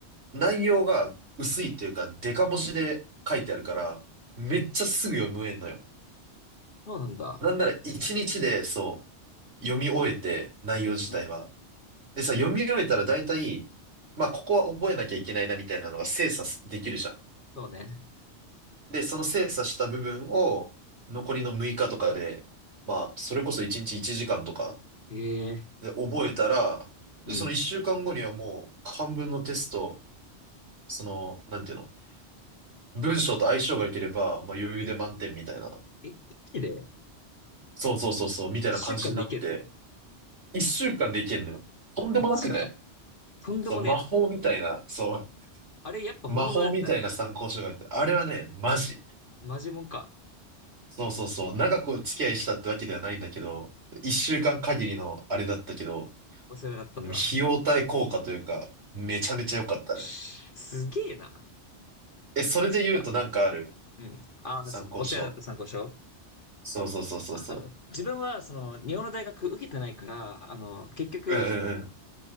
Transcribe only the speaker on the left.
そうなんだ。
うん。
そうね。
ええ
うん。
うん。え、マジで
一週間でいけんの
マジか。とんでもねえな。
あれ、やっぱ本物だったのや。
マジもんか。
お世話になったんだ。
すげえな。
マジか。うん。あー、
そお世話になった参考書
あ、あの、自分は、その、日本の大学受けてないから、あの、結局、